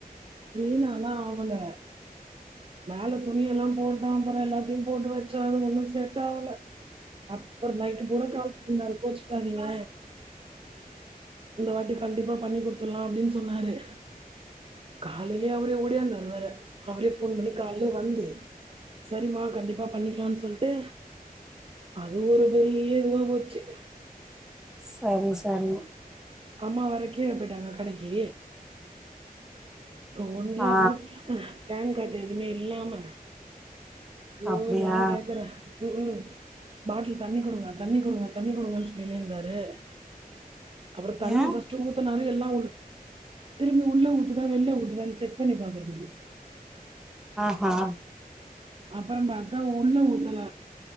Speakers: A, on the right; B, in the centre.
A: வீணாலா ஆவல மேல துணியெல்லாம் போட்டோம் அப்புறம் எல்லாத்தியும் போட்டு வச்சாலும் ஒன்னு செட் ஆவல அப்புற நைட்டு பூரா கால் பண்ணியிருந்தாரு கோச்சுக்காதீங்க இந்த வாட்டி கண்டிப்பா பண்ணி கொடுத்துடலாம் அப்படின்னு சொன்னாரு காலைலே அவரே ஓடி வந்தாரு வேற அவரே ஃபோன் பண்ணி காலைல வந்து சரிமா கண்டிப்பா பண்ணிக்கலான்னு சொல்லிட்டு அதுவும் ஒரு பெரிய இதுவா போச்சு
B: சரி சரி
A: அம்மா வேர கீழ போயிட்டாங்க கடைக்கு அப்புறம் ஒன்டியா
B: ஆ
A: இருந்து ஃபேன் காத்து எதுவுமே இல்லாம யோ
B: அப்படியா
A: ஏன் கேக்கற உம் உம் பாட்டில் தண்ணி கொடுங்க தண்ணி கொடுங்க தண்ணி கொடுங்கன்னு சொல்லினே இருந்தாரு அப்பறோ தண்ணி
B: ஏன்
A: ஃபஸ்ட் ஊத்தனாரு எல்லா திரும்பி உள்ள ஊத்துதா வெள்ள ஊத் செக் பண்ணி பாக்குறதுக்கு
B: ஆஹ்
A: அப்பறோ பாத்தா உள்ள ஊத்தல